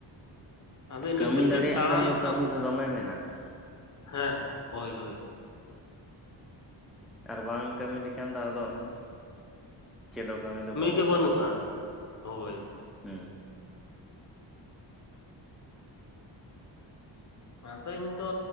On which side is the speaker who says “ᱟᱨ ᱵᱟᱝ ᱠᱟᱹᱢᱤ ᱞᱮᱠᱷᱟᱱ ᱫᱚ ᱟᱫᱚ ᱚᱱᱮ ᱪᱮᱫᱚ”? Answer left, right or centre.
Centre